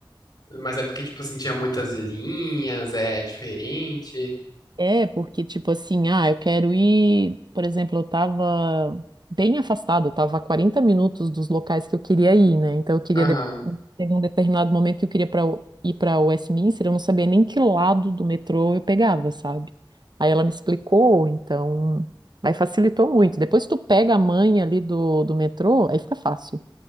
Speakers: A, on the left; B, on the right.
A: Mas é porque, tipo assim, tinha muitas linhas, é diferente.
B: É, porque, tipo assim, ah, eu quero ir. Por exemplo, eu tava bem afastado, eu tava a 40 minutos dos locais que eu queria ir, né? Então, eu queria.
A: Aham.
B: de- Teve um determinado momento que eu queria pra... ir para Westminster, eu não sabia nem que lado do metrô eu pegava, sabe? Aí ela me explicou, então. Aí facilitou muito. Depois que tu pega a manha ali do, do metrô, aí fica fácil.